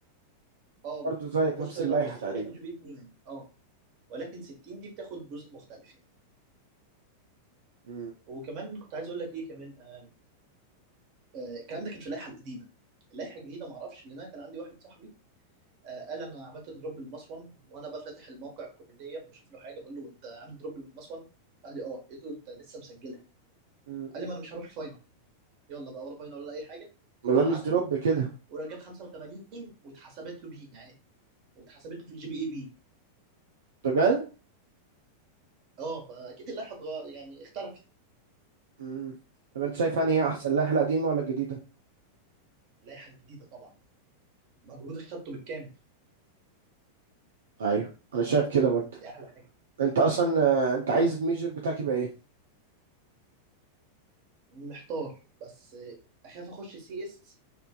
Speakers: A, on the right (about 40°); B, on the right (about 60°).
A: اه
B: برضه زيك
A: بص
B: نفس
A: هي
B: اللائحة
A: لو نص
B: تقريبا
A: فهياخد جي بي 2 اه ولكن 60 دي بتاخد جزء مختلف يعني
B: مم.
A: وكمان كنت عايز اقول لك ايه كمان آه، آه، الكلام ده كان في اللائحه القديمه اللائحه الجديده ما اعرفش لان انا كان عندي واحد صاحبي آه، قال انا عملت دروب بالمصفن وانا بقى فاتح الموقع الكليه بشوف له حاجه بقول له انت عامل دروب بالمصفن قال لي اه قلت له انت لسه مسجلها
B: مم.
A: قال لي ما انا مش هروح الفاينل يلا بقى ولا فاينل ولا اي حاجه
B: ما
A: وراح
B: ده مش
A: عادها
B: دروب كده
A: وراح جاب 85 واتحسبت له بيه عادي واتحسبت له في الجي بي اي بي
B: بجد
A: اه فاكيد اللائحه اتغ- يعني اختلفت
B: مم. طب انت شايف انهي احسن اللائحة القديمة ولا الجديدة
A: اللائحه الجديده طبعا مجهود خدته بالكامل
B: ايوه انا شايف كده برضه
A: دي احلى حاجه
B: انت اصلا آه، انت عايز الميجر بتاعك يبقى ايه
A: محتار بس اخاف اخش سي اس